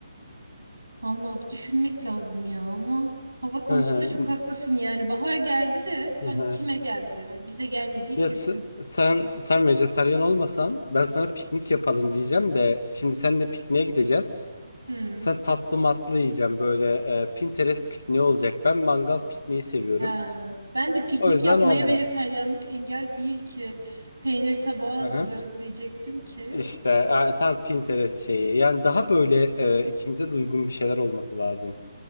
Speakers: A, on the right (about 80°); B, on the left (about 65°).
A: Vallahi bir düşünmek lazım ya ama hava konusunda
B: Hı hı,
A: çok haklısın yani. Bahar geldi de hani
B: hı hı.
A: kime geldi? Hani bize gelmediği
B: Ya
A: kesin.
B: s- sen sen vejetaryen olmasan ben sana piknik yapalım diyeceğim de şimdi seninle pikniğe gideceğiz.
A: Hmm.
B: Sen tatlı matlı yiyeceğim böyle e, Pinterest pikniği olacak. Ben mangal pikniği seviyorum.
A: Ha. Ben de piknik
B: O yüzden
A: yapmaya
B: olmaz.
A: vejetaryenlik engel değil ki. Peynir tabağı hazırlarız
B: Aha.
A: diyecektim ki.
B: İşte e, tam Pinterest şeyi. Yani daha böyle e, ikimize de uygun bir şeyler olması lazım.